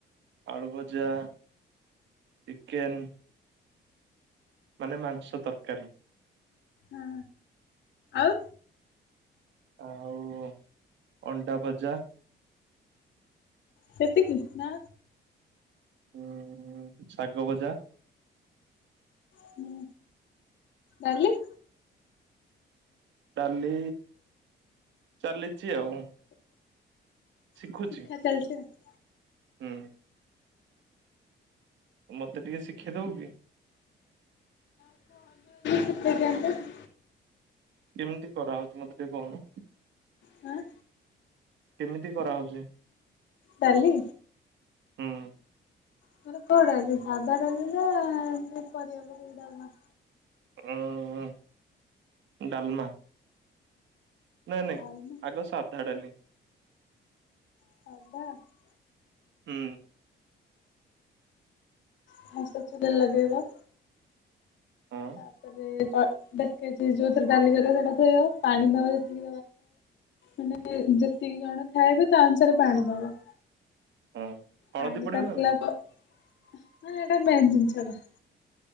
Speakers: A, on the right; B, on the left.
A: ଆଳୁଭଜା ଚିକେନ। ମାନେ ମାଂସ ତରକାରୀ।
B: ହଁ ଆଉ
A: ଆଉ ଅଣ୍ଡା ଭଜା।
B: ସେତିକି ନା।
A: ଉୁଁ ଶାଗ ଭଜା।
B: ହୁଁ ଡାଲି?
A: ଡାଲି ଚାଲିଚି ଆଉ। ଶିଖୁଛି
B: ଶିଖା ଚାଲିଛି ଆଉ।
A: ହୁଁ। ମତେ ଟିକେ ଶିଖେଇ ଦବୁ କି?
B: ଶିଖେଇ ଦିଅନ୍ତେ <inaudible>
A: କେମିତି କରାହେଉଛି ମତେ ଟିକେ କହୁନୁ।
B: ହଁ
A: କେମିତି କରାହେଉଛି?
B: ଡାଲି।
A: ହୁଁ
B: ମାନେ କଉ ଡାଲି ସାଧା ଡାଲି ନା ଏମିତି ପରିବା ପକେଇ କି ଡାଲି।
A: ଆଁ ଡାଲମା। ନାଇଁ ନାଇଁ
B: ଡାଲମା
A: ଆଗ ସାଧା ଡାଲି।
B: <inaudible>
A: ହୁଁ।
B: ଫାର୍ଷ୍ଟ ଚୁଲି ଲଗେଇବା।
A: ହଁ
B: ତାପରେ କ ଦେଖ ଯୋଉଥିରେ ଡାଲି କରିବାି ସେଇଟାପାଣି ନବାକି <inaudible> ମାନେ ଯେତିକି ଜଣ ଖାଇବେ ତା ଅନୁସାରେ ପାଣି ଦବ।
A: ହଁ ହଳଦୀ
B: ପାଣି
A: ପଡିବ
B: ତାତିଲା
A: ନା ନାଇଁ
B: ପରେ ଏଇଟା ମେନ ଜିନିଷ ଟା